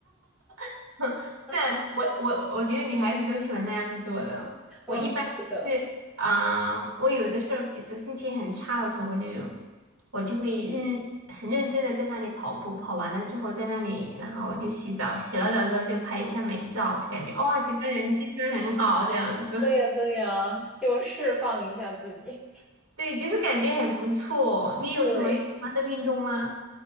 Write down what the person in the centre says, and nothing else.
<laughs> 嗯，
是的。
对呀，对呀，就释放一下自己。
对，